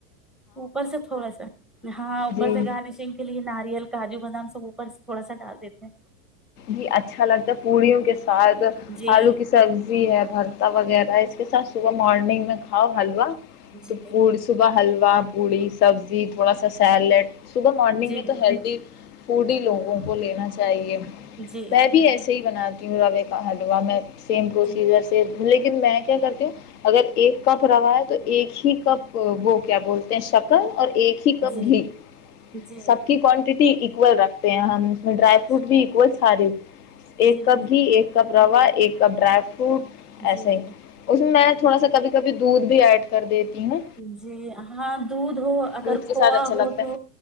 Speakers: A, in the centre; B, on the left.
A: اوپر سے تھوڑا سا ہاں اوپر
B: جی
A: سے گارنشنگ کے لیے ن ناریل کاجو بادام سب اوپر تھوڑا سا ڈال دیتے ہیں
B: جی اچھا لگتا ہے پڑیوں کےس ساد
A: ہیں جی
B: آلو کی سبزی ہے برتا وغیرہ اس کے ساتھ صبح مارننگ میں کھاؤ حلوہ
A: جی
B: تو پڑ سوبہ حلو کوا پوڑی سبزی تھوڑا سا سیلیڈ صبح مارنگ
A: جی
B: میں تو ہیلدی بوڑھی لوگوں کو لینا چاہیے
A: جی
B: میں بھی ایسے ہی بناات لگے کا حلوا میں سیم پروسیزر
A: جی
B: سے لیکن میں کیا کرتی ہوں اگر ایک کپ روا ہے تو ایک ہی کپ وہ کیا بولتے ہیں شکر اور ایک ہی کپ
A: جی
B: گھی
A: جی
B: سب کی کوانٹیٹی اول رکھ تے ہیں میں ڈرائی
A: اچھا
B: فروٹ بھی سارے ایک
A: جی
B: کپ بھی ایک کپ روا ایک کپ ڈرائی فو
A: جی
B: ایسے ہی اس میں میں تھوڑا سا کب کبھی دودھ بھی ایڈ کر دیتی ہوں
A: جی ہاں دھ ہو اگر
B: دودھ کے
A: کھووا
B: ساتھ اچھا
A: ہو
B: لگتا
A: تو